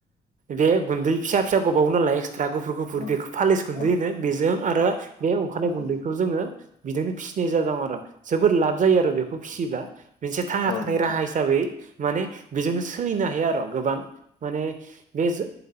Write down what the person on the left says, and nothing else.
औ
औ
औ
औ
नोंथां